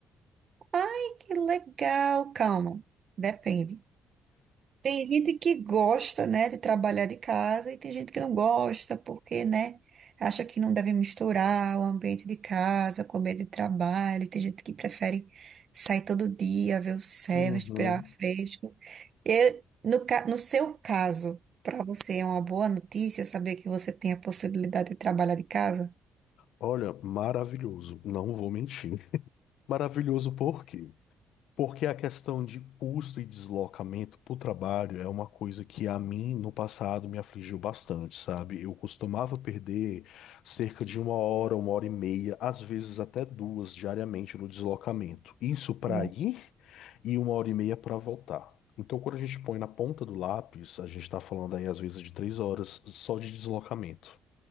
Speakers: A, on the right; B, on the left.
A: Ai, que legal. Calma, depende. Tem gente que gosta, né, de trabalhar de casa e tem gente que não gosta porque, né, acha que não deve misturar o ambiente de casa com o ambiente de trabalho. Tem gente que prefere sair todo dia, ver o céu,
B: Uhum.
A: respirar fresco. Eu, no, ca- no seu caso, para você é uma boa notícia saber que você tem a possibilidade de trabalhar de casa?
B: Olha, maravilhoso, não vou mentir. Maravilhoso por quê? Porque a questão de custo e deslocamento para o trabalho é uma coisa que a mim no passado me afligiu bastante, sabe? Eu costumava perder cerca de uma hora, uma hora e meia, às vezes até duas diariamente no deslocamento. Isso para
A: Não.
B: ir e uma hora e meia para voltar. Então, quando a gente põe na ponta do lápis, a gente está falando aí às vezes de três horas só de deslocamento.